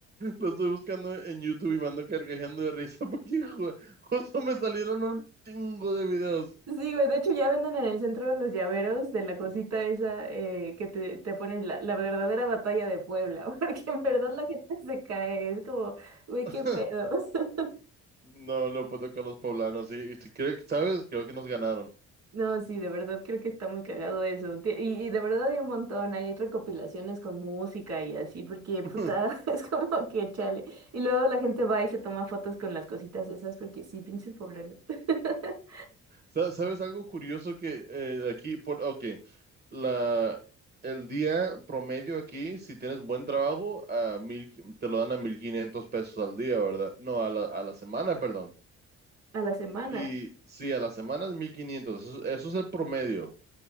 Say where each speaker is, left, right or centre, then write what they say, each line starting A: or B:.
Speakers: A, on the right; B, on the right.
A: Lo estoy buscando en YouTube y me ando carcajando de risa <laughs> porque ju- justo me salieron un chingo de videos.
B: Sí, güey, de hecho ya venden en el centro de los llaveros de la cosita esa eh, que te, te ponen la, la verdadera batalla de Puebla, <laughs> porque en verdad la gente se cae, es como, güey,
A: <laughs>
B: qué pedos. <laughs>
A: No, no puedo con los poblanos. Y, y si creo, que- ¿sabes? Creo que nos ganaron.
B: No, sí, de verdad creo que está muy cagado eso. Ti- Y, y de verdad hay un montón, hay recopilaciones con música y así, porque puta,
A: <laughs>
B: <laughs> es como que chale. Y luego la gente va y se toma fotos con las cositas esas, porque sí, pinches pobres. <laughs>
A: Sa- ¿Sabes algo curioso que eh, aquí, por, ok, la, el día promedio aquí, si tienes buen trabajo, a mil, te lo dan a 1.500 pesos al día, ¿verdad? No, a la, a la semana, perdón.
B: A la semana.
A: Y sí, a la semana es 1.500. eso, eso es el promedio.